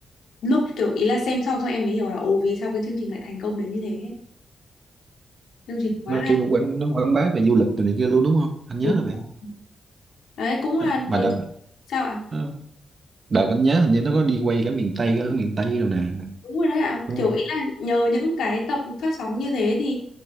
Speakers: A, on the left; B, on the right.
A: lúc kiểu ý là xem xong xong em mới hiểu là ồ vì sao cái chương trình lại thành công đến như thế ấy. chương trình quá
B: nó
A: hay
B: kiểu quảng nó quảng bá về du lịch rồi này kia luôn đúng không anh nhớ
A: đúng
B: là vậy
A: Ừ. đấy cũng là
B: Đây,
A: nhờ
B: mà đợt
A: sao ạ
B: nó- đợt anh nhớ hình như nó có đi quay cả miền Tây ở miền Tây rồi nè
A: đúng rồi đấy ạ
B: đúng
A: kiểu
B: không
A: ý là nhờ những cái tập phát sóng như thế thì